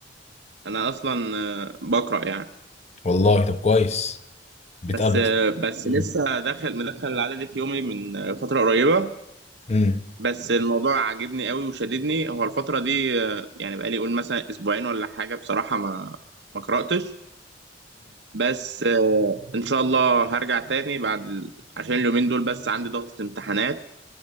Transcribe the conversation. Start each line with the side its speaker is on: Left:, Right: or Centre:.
Right: أنا أصلا آه، بقرأ يعني
Left: والله طب كويس بتقبط
Right: بس آه، بس
Left: امم
Right: لسه داخل مدخل العادة دي في يومي من آه، فترة قريبة
Left: امم
Right: بس الموضوع عاجبني قوي وشددني هو الفترة دي آه، يعني بقالي قول مثلا اسبوعين ولا حاجة بصراحة ما ما قرأتش بس آه، ان شاء الله هرجع تاني بعد ال... عشان اليومين دول بس عندي ضغط امتحانات